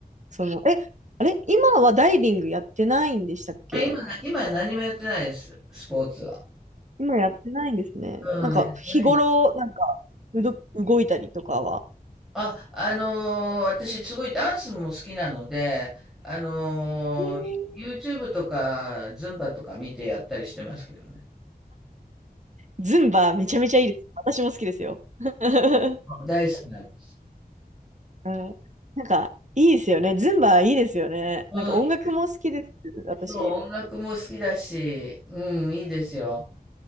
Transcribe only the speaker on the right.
その、え、あれ今はダイビングやってないんでしたっけ
今やってないんですね。
なんか、
日頃、なんか、うど、動いたりとかは。
へー
ズンバめちゃめちゃいいです。私も好きですよ。<laughs>
うん、なんか、いいですよね。ズンバいいですよね。
なんか音楽も好きです。私。
い